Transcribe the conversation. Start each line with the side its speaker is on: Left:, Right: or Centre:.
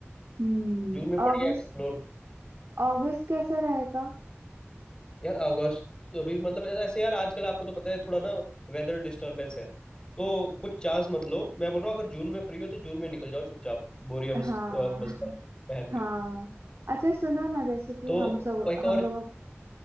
Right: हम्म
Left: जून में बढ़िया
Right: अगस्त
Left: एक्सप्लोर
Right: अगस्त कैसा रहेगा
Left: यार अगस्त अभी मतलब ऐसे यार आजकल आपको तो पता है थोड़ा ना वेदर डिस्टरबेंस है तो कुछ चांस मत लो मैं बोल रहा हूँ अगर जून में फ्री हो तो जून में निकल जाओ चुपचाप बोरिया बस्त,
Right: हाँ
Left: अ, बस्ता पहन के
Right: हाँ अच्छा सुनो ना जैसे कि
Left: तो
Right: हम सब
Left: एक और
Right: हम लोगों